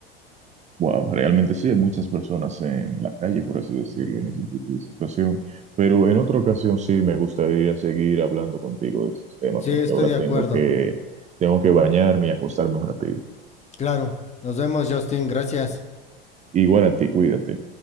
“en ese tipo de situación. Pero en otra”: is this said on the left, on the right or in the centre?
Right